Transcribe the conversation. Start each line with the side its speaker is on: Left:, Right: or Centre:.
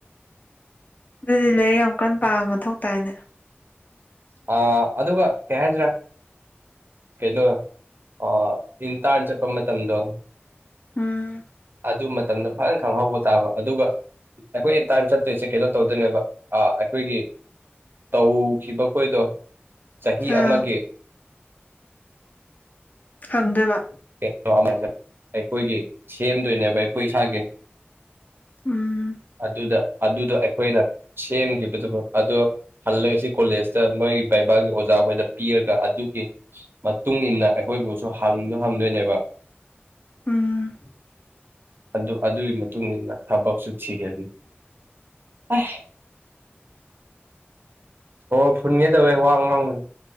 Left: ꯑꯗꯨꯗꯤ ꯂꯥꯏꯔꯤꯛ ꯌꯥꯝ ꯀꯟ ꯄꯥꯕ ꯃꯊꯧ ꯇꯥꯏꯅꯦ
Right: ꯑ ꯑꯗꯨꯒ ꯀꯩ ꯍꯥꯏꯖꯤꯔꯥ ꯀꯩꯅꯣ ꯑ ꯏꯟꯇꯥ꯭ꯔꯟ ꯆꯠꯄ ꯃꯇꯝꯗꯣ
Left: ꯎꯝ
Right: ꯑꯗꯨ ꯃꯇꯝꯗ ꯐꯖꯟ ꯈꯪꯍꯧꯕ ꯇꯥꯕ ꯑꯗꯨꯒ ꯑꯩꯈꯣꯏ ꯏꯟ ꯇꯥꯔꯟ ꯆꯠꯇꯣꯏꯁꯦ ꯀꯩꯅꯣ ꯇꯧꯗꯣꯏꯅꯦꯕ ꯑ ꯑꯩꯈꯣꯏꯒꯤ ꯇꯧꯈꯤꯕꯈꯣꯏꯗꯣ ꯆꯍꯤ
Left: ꯑꯥ
Right: ꯑꯃꯒꯤ
Left: ꯍꯪꯗ‌ꯣꯏꯕꯥ
Right: <inaudible> ꯑꯩꯈꯣꯏꯒꯤ ꯁꯦꯝꯗꯣꯏꯅꯦꯕ ꯑꯩꯈꯣꯏ ꯏꯁꯥꯒꯤ
Left: ꯎꯝ
Right: ꯑꯗꯨꯗ ꯑꯗꯨꯗꯣ ꯑ ꯈꯣꯏꯅ ꯁꯦꯝꯈꯤꯕꯗꯨꯒ ꯑꯗꯣ ꯍꯜꯂꯒ ꯁꯤ ꯀꯣꯂꯦꯖ ꯆꯡꯕꯩ ꯕꯩꯕꯥꯒꯤ ꯑꯣꯖꯥꯒꯣꯏꯗ ꯄꯤꯔꯒ ꯑꯗꯨꯒꯤ ꯃꯇꯨꯡ ꯏꯟꯅ ꯑꯩꯈꯣꯏꯕꯨꯁꯨ ꯍꯪꯗ ꯍꯪꯗꯣꯏꯅꯦꯕ
Left: ꯎꯝ
Right: ꯑꯗꯨ ꯑꯗꯨꯒꯤ ꯃꯇꯨꯡ ꯏꯟꯅ ꯊꯕꯛꯁꯨ ꯊꯤꯒꯦꯅꯤ ꯑꯣꯏ ꯑꯣ ꯐꯨꯟꯒꯦ ꯇꯧꯋꯦ ꯋꯥꯡ ꯉꯥꯡꯕꯕꯨ